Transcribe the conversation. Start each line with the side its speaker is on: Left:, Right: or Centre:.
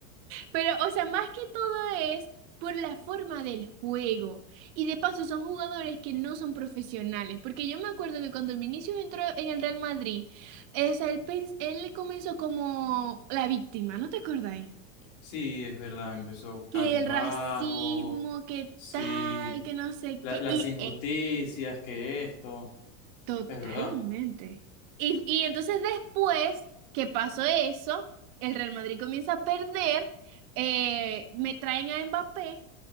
Right: Pero, o sea, más que todo es por la forma del juego. Y de paso, son jugadores que no son profesionales. Porque yo me acuerdo que cuando Vinicius entró en el Real Madrid, eh, o sea, él, pens- él comenzó como la víctima, ¿no te acordáis?
Left: Sí, es verdad, empezó cabizbajo.
Right: Que el racismo, que
Left: Sí,
Right: tal, que no sé
Left: la-
Right: qué.
Left: las
Right: Y
Left: injusticias
Right: eh,
Left: que esto,
Right: Totalmente.
Left: es verdad.
Right: Y, y entonces después que pasó eso, el Real Madrid comienza a perder, eh, me traen a Mbappé